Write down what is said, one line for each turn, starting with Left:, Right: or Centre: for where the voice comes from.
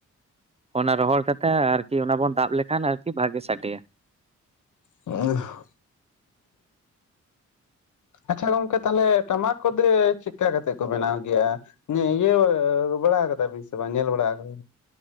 Right: ᱚᱱᱟ ᱨᱚᱦᱚᱲ ᱠᱟᱛᱮ ᱟᱨᱠᱤ ᱚᱱᱟ ᱵᱚᱱ ᱫᱟᱵ ᱞᱮᱠᱷᱟᱱ ᱟᱨᱠᱤ ᱵᱷᱟᱜᱮ ᱥᱟᱰᱮᱭᱟ
Left: ᱚ <inaudible> ᱟᱪᱪᱷᱟ ᱜᱚᱝᱠᱮ ᱛᱟᱦᱚᱞᱮ ᱴᱟᱢᱟᱠ ᱠᱚᱫᱚ ᱪᱮᱫᱠᱟ ᱠᱟᱛᱮᱫ ᱠᱚ ᱵᱮᱱᱟᱣ ᱜᱮᱭᱟ. ᱩᱱᱤ ᱤᱭᱟᱹ ᱵᱟᱲᱟ ᱠᱟᱫᱟ ᱵᱤᱥ ᱵᱟᱝ ᱧᱮᱞ ᱵᱟᱲᱟ ᱠᱟᱫᱟ